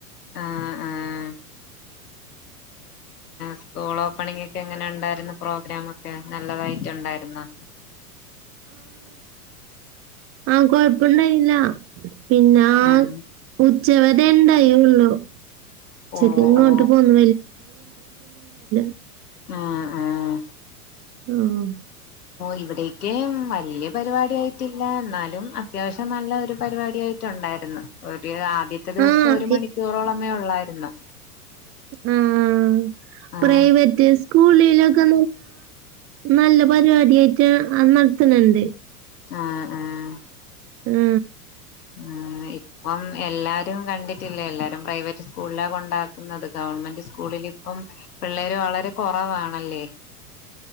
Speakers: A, on the left; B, on the right.
A: ആഹ് ആഹ് സ്കൂൾ ഓപ്പണിംഗ് എങ്ങനെയുണ്ടായിരുന്നു പ്രോഗ്രാം ഒക്കെ നല്ലതായിരുന്നു <inaudible>
B: ആ കുഴപ്പമുണ്ടായില്ല പിന്നെ
A: ആഹ്
B: ഉച്ചവരെ ഉണ്ടായുള്ളൂ. ഉച്ചയ്ക്ക്
A: ഓ
B: കൊണ്ടുപോകുന്നു
A: ഓ
B: <unintelligible> <unintelligible>
A: ആഹ് ആഹ്
B: ഓഹ്
A: ഇവിടേക്ക് വലിയ പരിപാടി ആയിട്ടില്ലന്നാലും അത്യാവശ്യം നല്ല പരിപാടിയായിരുന്നു അടുത്ത ദിവസം
B: ആഹ്
A: ഒരു മണിക്കൂറേ ഉള്ളായിരുന്നു
B: മം മം
A: ആഹ്
B: പ്രൈവറ്റ് സ്കൂള് ല്ലൊക്കെ നല്ല പരിപാടിയായിട്ട നടത്താനിണ്ട്
A: ആ ആഹ്
B: മ്മ്
A: ആ ഇപ്പോമ് ല്ലാരും കണ്ടിട്ടില്ലേ ല്ലാരും പ്രൈവറ്റ് സ്കൂളിലാ കൊണ്ടാക്കുന്നത്. ന്നത് ഗവണ്മെന്റ് സ്കൂളിൽ ഇപ്പം പിള്ളാര്‌ വളരെ കൊറവാണല്ലേ